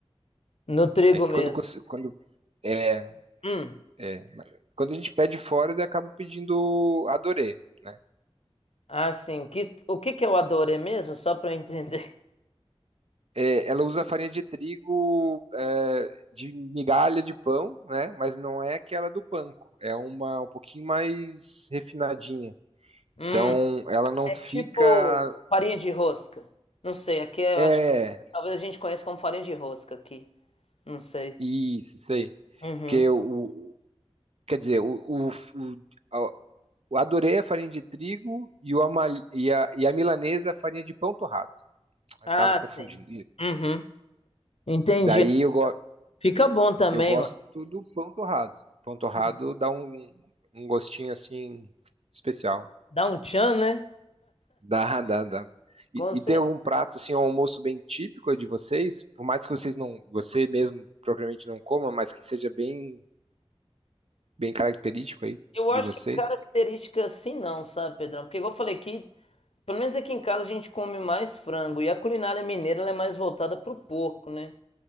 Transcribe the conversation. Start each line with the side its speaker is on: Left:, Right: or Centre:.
Left: No trigo
Right: É que
Left: mesmo.
Right: quando, cons- quando, é,
Left: Hum.
Right: é, quando a gente pede fora, eu acabo pedindo adorê, né?
Left: Ah, sim. Que, o que que é o adorê mesmo? Só pra eu entender.
Right: É, ela usa farinha de trigo, é, de migalha de pão, né? Mas não é aquela do panko, é uma um pouquinho mais refinadinha,
Left: <laughs> Hum.
Right: Então, ela não
Left: É
Right: fica.
Left: tipo farinha de rosca. Não sei, aqui eu
Right: É,
Left: acho que talvez a gente conheça como farinha de rosca aqui. Não sei.
Right: isso, isso aí.
Left: Uhum.
Right: Porque o. Quer dizer, o, o, o- a- eu adorei a farinha de trigo e, o ama- e, a, e a milanesa a farinha de pão torrado. Eu
Left: Ah,
Right: tava confundindo.
Left: sim.
Right: Isso.
Left: Uhum. Entendi.
Right: Daí eu, go,
Left: Fica bom também,
Right: eu gosto
Left: ué.
Right: do pão torrado. Pão torrado
Left: Uhum.
Right: dá um, um gostinho assim especial.
Left: Dá um tchan, né?
Right: Dá, dá, dá. E,
Left: Com
Right: e
Left: certeza.
Right: tem algum prato assim, um almoço bem típico de vocês? Por mais que vocês não, você mesmo propriamente não coma, mas que seja bem bem característico aí
Left: Eu
Right: de
Left: acho
Right: vocês?
Left: que característica assim não, sabe, Pedrão? Porque igual eu falei aqui, pelo menos aqui em casa a gente come mais frango. E a culinária mineira ela é mais voltada pro porco, né?